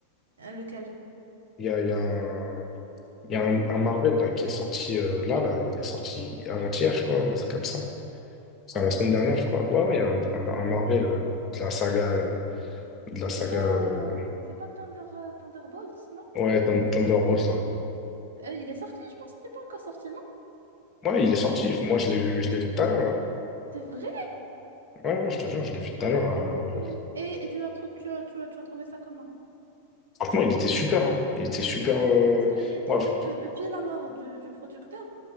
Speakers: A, on the right; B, on the left.
A: euh, lequel?
B: Il y a, il y a un. Il y a un, un Marvel là, qui est sorti euh, là, là, il est sorti avant-hier, je crois, un truc comme ça. Enfin,
A: Ah bon?
B: la semaine dernière, je crois. Ouais, ouais, il y a un, un- un Marvel euh, de la saga. euh, de la saga.
A: C'est pas,
B: euh,
A: c'est pas Thunder, euh, Thunderbolts, non?
B: ouais, Thun- Thunderbolt, ouais.
A: Euh, il est sorti, je pense qu'il n'est pas encore sorti, non?
B: Ouais, il est sorti. Moi, je l'ai vu, je l'ai vu tout à l'heure, là.
A: C'est vrai?
B: Ouais, ouais, je te jure, je l'ai vu tout à l'heure.
A: Ok,
B: euh,
A: ok, ok. Et, et tu as, trou- tu as, tu as, tu as trouvé ça comment?
B: Franchement, il était super, hein. Il était super.
A: C'est vrai,
B: euh,
A: parce que j'ai trouvé
B: Ouais, fran-
A: que depuis la mort du, du producteur,